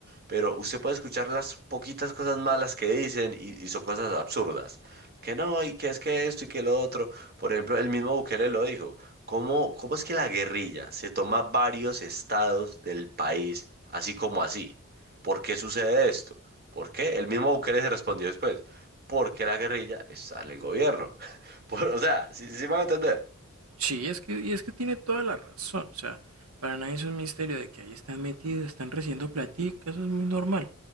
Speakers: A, on the right; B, on the right.
A: Pero usted puede escuchar las poquitas cosas malas que dicen y, y son cosas absurdas. Que no, y que es que esto y que lo otro. Por ejemplo, el mismo Bukele lo dijo. ¿Cómo, cómo es que la guerrilla se toma varios estados del país así como así? ¿Por qué sucede esto? ¿Por qué? El mismo Bukele se respondió después porque la guerrilla está en el gobierno. <laughs> Por- o sea, sí, sí me van a entender.
B: Sí, es que, y es que tiene toda la razón. O sea, para nadie es un misterio de que ahí están metidos, están recibiendo platica, eso es muy normal.